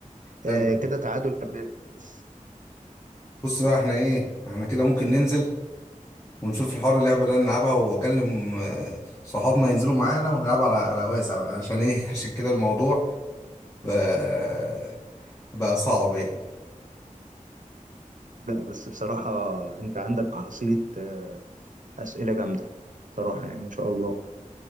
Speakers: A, on the left (about 20°); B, on the right (about 70°).
A: حلو
B: آه كده تعادل يا برنس
A: بص بقى احنا ايه احنا كده ممكن ننزل ونشوف الحوار اللعبة اللي أنا نلعبها واكلم آه، صحابنا ينزلوا معانا ونلعب على على واسع بقى عشان ايه <laughs> عشان كده الموضوع بقى, بقى صعب يعني
B: لا بس بصراحة انت عندك حصيلة آه، اسئلة جامدة صراحة يعني ما شاء الله